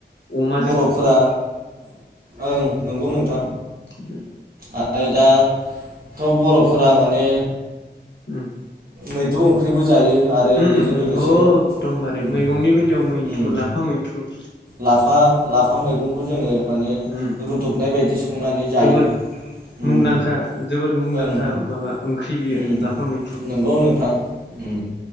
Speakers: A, on the left; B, on the right.
A: अमा
B: बर'फोरा ओं नंगौ नोंथां
A: उम
B: आरो दाथ' बर'फोरा माने
A: उम
B: मैद्रु ओंख्रिबो जायो आरो
A: उम
B: बेजों
A: उम उम
B: लोगोसे
A: अकदमबारे
B: उम
A: मैगंनि बेलायाव मैद्रु
B: उम
A: लाफा मैद्रु
B: लाफा लाफा मैगंखौ जोङो माने
A: उम
B: रुदबनाय बायदि संनानै जायो
A: जोबोर
B: उम
A: मुंदांखा जोबोद मुंदांखा
B: ओं
A: माबा ओंख्रि बियो
B: उम
A: लाफा मैद्रु
B: नंगौ नोंथां उम